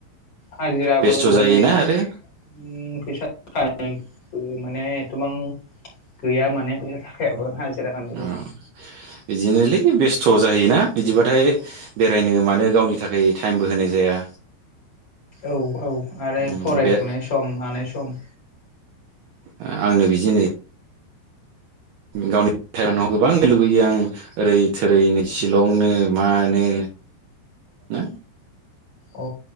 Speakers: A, on the left; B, on the right.
A: हाजिराबो
B: बेस्थ'
A: होनो
B: जायोना
A: एसे
B: आरो
A: उम फैसा बो माने एथबां गैया माने फैसा थाखायाबो होनोबो
B: ओ बिदिनोलै बेस थ' जायोना? बिदिबाथाय बेरायनो मानो गावनि थाखाय टाइमबो होनाय जाया।
A: औ औ आरो
B: उम
A: फरायफुनाय
B: बे
A: सम मानाय सम
B: ओ आंनो बिदि नै गावनि <unintelligible> गोबां लुबैयो आं ओरै थोरै नै सिलंनो मानो नो
A: अ